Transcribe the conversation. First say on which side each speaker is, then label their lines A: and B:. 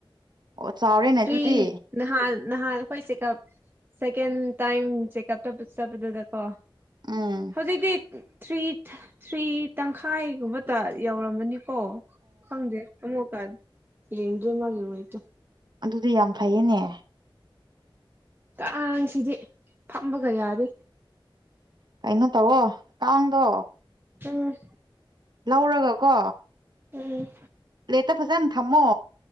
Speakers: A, on the right; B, on the right.
A: ꯑꯣ ꯆꯥꯎꯔꯦꯅꯦ ꯑꯗꯨꯗꯤ
B: ꯊ꯭ꯔꯤ ꯅꯍꯥꯟ ꯅꯍꯥꯟ ꯑꯈꯣꯏ ꯆꯦꯛꯀꯞ ꯁꯦꯀꯦꯟ ꯇꯥꯏꯝ ꯆꯦꯛꯑꯞ ꯇꯕ ꯆꯄꯗꯨꯗꯀꯣ
A: ꯎꯝ
B: ꯍꯧꯖꯤꯛꯗꯤ ꯊ꯭ꯔꯤ ꯊ꯭ꯔꯤ ꯇꯪꯈꯥꯏꯒꯨꯝꯕꯇ ꯌꯧꯔꯝꯃꯅꯤꯞ ꯑꯣ ꯈꯪꯗꯦ ꯑꯃꯣꯛꯀꯠ ꯌꯦꯡꯗꯦ ꯃꯥꯒꯤ ꯋꯦꯠꯇꯨ
A: ꯑꯗꯨꯗꯤ ꯌꯥꯝ ꯐꯩꯌꯦꯅꯦ
B: ꯀꯥꯡꯁꯤꯗꯤ ꯐꯝꯕꯒ ꯌꯥꯗꯦ
A: ꯀꯩꯅꯣ ꯇꯧꯋꯣ ꯀꯥꯡꯗꯣ
B: ꯎꯝ
A: ꯂꯧꯔꯒ ꯀꯣ
B: ꯎꯝ
A: ꯄ꯭ꯂꯦꯠꯇ ꯐꯖꯟ ꯊꯝꯃꯣ